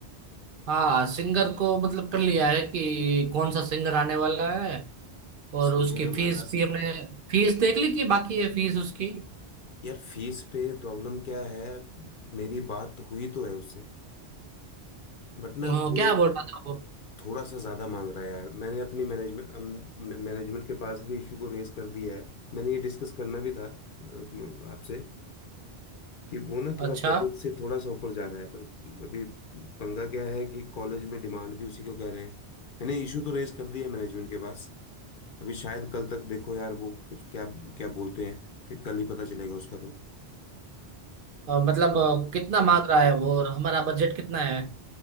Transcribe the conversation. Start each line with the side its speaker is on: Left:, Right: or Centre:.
Right: हाँ सिंगर को मतलब कर लिया है कि कौन सा सिंगर आने वाला है और
Left: सीनियर
Right: उसकी
Left: हमारा
Right: फीस भी हमने फीस देख ली कि बाकी है फीस उसकी
Left: यार फीस पे प्रॉब्लम क्या है मेरी बात हुई तो है उससे बट ना
Right: अ,
Left: वो
Right: क्या बोल रहा था वो
Left: थोड़ा सा ज़्यादा मांग रहा है यार मैंने अपनी मैनेजमेंट मैनेजमेंट के पास भी इशू को रेज कर दिया है मैंने ये डिस्कस करना भी था अम, आपसे कि वो ना थोड़ा
Right: अच्छा
Left: बजट से थोड़ा सा ऊपर जा रहा है पर अभी पंगा क्या है कि कॉलेज में डिमांड भी उसी को कह रहे हैं मैंने इशू तो रेज कर दिया है मैनेजमेंट के पास अभी शायद कल तक देखो यार वो कुछ क्या क्या बोलते हैं फिर कल ही पता चलेगा उसका
Right: अ, मतलब
Left: तो
Right: अ, कितना मांग रहा है वो और हमारा बजट कितना है